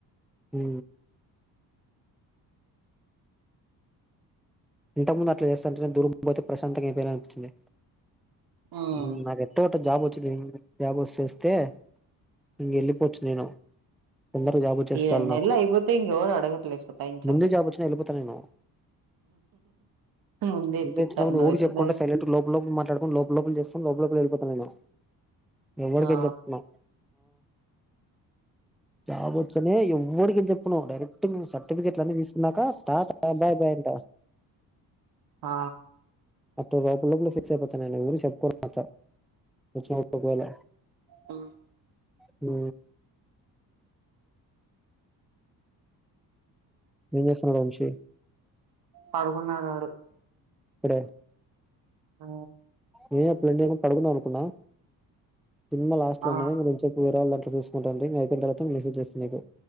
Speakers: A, in the centre; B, on the right (about 70°).
A: హు ఇంతకుముందు అట్లా చేస్తుంటనే దూరం పోతే ప్రశాంతంగా అయిపాయాలే అనిపించింది.
B: మ్మ్
A: హు అదే ట్టుట్ జాబ్ వచ్చిది జాబ్ వచ్చేస్తే ఇంగ వెళ్ళిపోచ్చు నేను తొందరగా జాబ్ వచ్చేస్తాది
B: ఈ రెండు నెల్లు
A: నాకు
B: అయిపోతే ఇంగ ఎవరు అడగర్లే సతాయించర్లే
A: ముందే జాబ్ వచ్చినా వెళ్ళిపోతా నేను
B: ముందే
A: నువ్వుఒచ్చినావ్
B: ఇప్పిత్తారు నువ్వు
A: ఒడికి
B: వచ్చినవి
A: చెప్పకుండా సైలెట్ గా లోప లోపుల మాట్లాడుకుని, లోప లోపల చేసుకొని లోప లోపల వెళ్లిపోతా నేను. ఎవడికేం
B: ఆ
A: చెప్పకున్న జాబ్ వచ్చనే ఎవ్వడికేం చెప్పను డైరెక్ట్ మేం, సర్టిఫికేట్లు అన్ని తీసుకున్నాక టాటా బాయ్ బాయ్ అంటా.
B: ఆ
A: అట్టు లోపల, లోపల ఫిక్స్ అయిపోతా నేను ఎవరికి చెప్పుకోను అట్లా వచ్చినా ఒకవేళ.
B: ఆ
A: హు ఏం చేస్తున్నాడు వంశీ
B: పడుకున్నాడు ఆడు
A: ఇప్పుడే
B: ఆ
A: నేనప్పుడు ఎండింగ్ లో పడుకుందాం అనుకున్నా సినిమా లాస్ట్ లో
B: ఆ
A: నే ఇంక రోంచెపు వేరే వాళ్ళ దాంట్లో చూసుకుంటుంటి ఇంక అయిపోయిన తర్వాత లేసొచ్చేస్తి పో